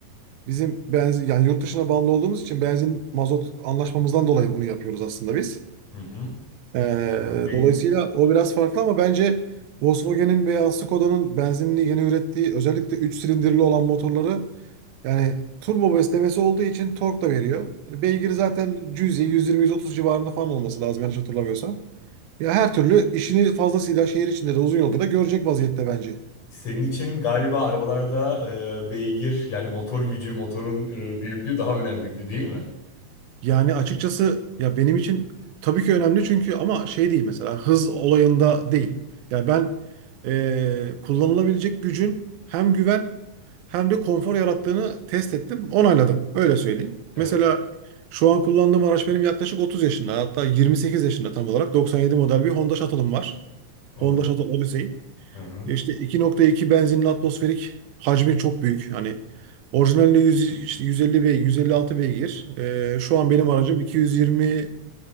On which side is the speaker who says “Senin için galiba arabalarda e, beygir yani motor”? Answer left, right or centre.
Left